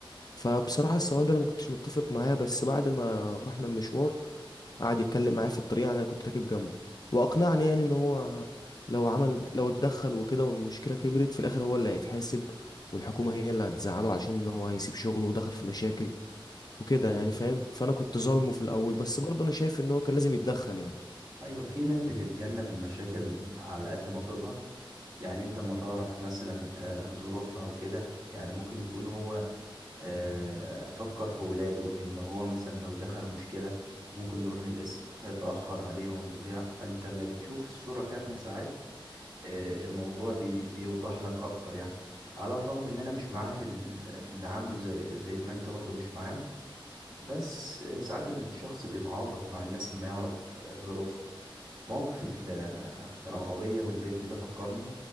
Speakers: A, on the left (about 50°); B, on the right (about 55°).
A: فبصراحة السواق ده أنا ما كنتش متفق معاه بس بعد ما رحنا المشوار قعد يتكلم معايا في الطريق يعني أنا كنت راكب جنبه وأقنعني يعني إن هو لو عمل لو اتدخل وكده والمشكلة كبرت في الآخر هو اللي هيتحاسب والحكومة
B: اه
A: هي اللي هتزعله عشان إن هو هيسيب شغله ودخل في مشاكل وكده
B: ايوه
A: يعني فاهم فأنا كنت ظالمه في الأول بس برضه أنا شايف إن هو كان لازم يتدخل يعني
B: ايوه في ناس بتتجنب المشاكل على قد ما تقدر يعني انت ما تعرف مثلا آه، ظروفها وكده يعني ممكن يكون هو آه، فكر في ولاده ان هو مثلا لو دخل مشكلة ممكن نروح القسم فيتأخر عليهم بتاع فانت لما بتشوف الصورة كاملة ساعات آه، الموضوع بي بيوضح لك اكتر يعني على الرغم ان انا مش معاه في ال- في اللي عامله زي زي ما انت برضو مش معاه بس آه، ساعات الشخص بيتعاطف مع الناس ما يعرف آه، ظروفهم موقف ال- آه، العربية والبنت ده فكرني